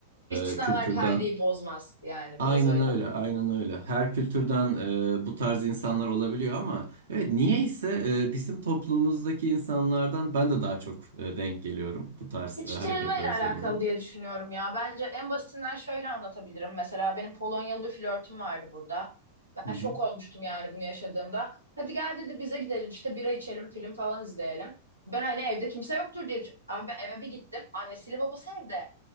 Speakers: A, on the right; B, on the right.
A: İstisnalar
B: e, kültürden
A: kaideyi bozmaz yani biraz
B: Aynen
A: öyle.
B: öyle, aynen öyle. Her kültürden e, bu tarz insanlar olabiliyor ama evet niyeyse e, bizim toplumumuzdaki insanlardan ben de daha çok e, denk geliyorum bu tarz
A: Yetiştirilmeyle
B: e, hareketler özelinde.
A: alakalı diye düşünüyorum ya. Bence en basitinden şöyle anlatabilirim. Mesela benim Polonyalı bir flörtüm vardı burada.
B: Hı
A: Ben
B: hı.
A: şok olmuştum yani bunu yaşadığımda. Hadi gel dedi bize gidelim işte bira içelim, film falan izleyelim. Ben hani evde kimse yoktur diye düşün- Abi ben eve bir gittim. Annesiyle babası evde.